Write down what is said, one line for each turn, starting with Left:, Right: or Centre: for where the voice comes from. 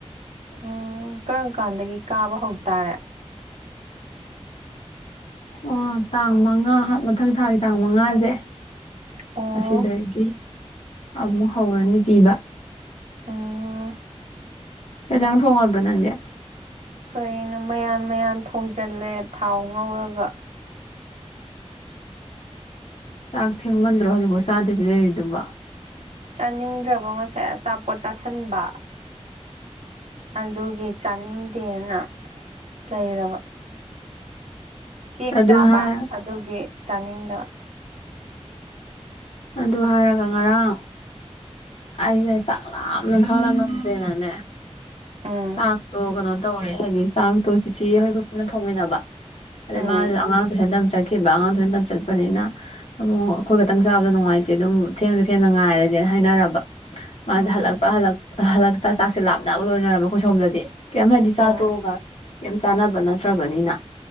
Right: ꯎꯝ ꯀꯔꯝ ꯀꯥꯟꯗꯒꯤ ꯀꯥꯕ ꯍꯧꯇꯥꯔꯦ
Left: ꯑꯣ ꯇꯥꯡ ꯃꯉꯥ ꯃꯊꯪ ꯊꯥꯒꯤ ꯇꯥꯡ ꯃꯉꯥꯁꯦ
Right: ꯑꯣ
Left: ꯑꯁꯤꯗꯒꯤ ꯑꯃꯨꯛ ꯍꯧꯔꯅꯤ ꯄꯤꯕ
Right: ꯎꯝ
Left: ꯀꯩ ꯌꯦꯟꯁꯥꯡ ꯊꯣꯡꯉꯕ ꯅꯪꯗꯤ
Right: ꯀꯩꯅꯣ ꯃꯌꯥꯟ ꯃꯌꯥꯟ ꯊꯣꯡꯖꯤꯜꯂꯦ ꯊꯥꯎ ꯉꯧꯔꯒ
Left: ꯆꯥꯛ ꯊꯦꯡꯃꯟꯗ꯭ꯔꯣ ꯍꯧꯖꯤꯛꯐꯥꯎ ꯆꯥꯗꯕꯤ ꯂꯩꯔꯤꯗꯨꯕ
Right: ꯆꯥꯅꯤꯡꯗ꯭ꯔꯕ ꯉꯁꯥꯢ ꯑꯆꯥꯄꯣꯠ ꯆꯥꯁꯤꯟꯕ ꯑꯗꯨꯒꯤ ꯆꯥꯅꯤꯡꯗꯦꯅ ꯂꯩꯔꯕ ꯀꯦꯛ
Left: ꯑꯁ ꯑꯗꯨ
Right: ꯆꯥꯕ
Left: ꯍꯥꯏꯔ
Right: ꯑꯗꯨꯒꯤ ꯆꯥꯅꯤꯡꯗ
Left: ꯑꯗꯨ ꯍꯥꯏꯔꯒ ꯉꯔꯥꯡ ꯑꯩꯅ ꯆꯥꯛ ꯂꯥꯝꯅ ꯈꯪꯂꯛ ꯉꯝꯗꯔꯦꯅꯅꯦ
Right: ꯎꯝ
Left: ꯆꯥꯛꯇꯣ ꯀꯩꯅꯣ ꯇꯧꯔꯦ ꯍꯥꯏꯗꯤ ꯆꯥꯛꯇꯣ ꯆꯤꯆꯦ ꯈꯣꯏ ꯄꯨꯟꯅ ꯊꯧꯃꯤꯟꯅꯕ ꯑꯗꯩ
Right: ꯎꯝ
Left: ꯃꯥꯁꯨ ꯑꯉꯥꯡ ꯇꯨꯢꯁꯥꯟ ꯇꯥꯝ ꯆꯠꯈꯤꯕ ꯑꯉꯥꯡꯁꯨ ꯇꯨꯢꯁꯥꯟ ꯇꯝ ꯆꯠꯄꯅꯤꯅ ꯑꯃꯨꯛ ꯑꯩꯈꯣꯏ ꯈꯛꯇꯪ ꯆꯥꯕꯗꯣ ꯅꯨꯡꯉꯥꯏꯇꯦ ꯑꯗꯨꯝ ꯊꯦꯡꯉꯁꯨ ꯊꯦꯡꯅ ꯉꯥꯏꯔꯁꯦꯅ ꯍꯥꯏꯅꯔꯕ ꯃꯥꯁꯦ
Right: ꯎꯝ
Left: ꯍꯜꯂꯛꯄ꯭ꯔꯥ ꯍꯜꯂꯛꯇ ꯆꯥꯛꯁꯦ ꯂꯥꯝꯕꯅ ꯂꯣꯏꯅꯔꯕ ꯑꯩꯈꯣꯏ ꯁꯣꯝꯗꯗꯤ ꯀꯩꯝ ꯍꯥꯏꯗꯤ
Right: ꯎꯝ
Left: ꯆꯥꯊꯣꯛꯑꯒ ꯀꯩꯝ ꯆꯥꯟꯅꯕ ꯅꯠꯇ꯭ꯔꯕꯅꯤꯅ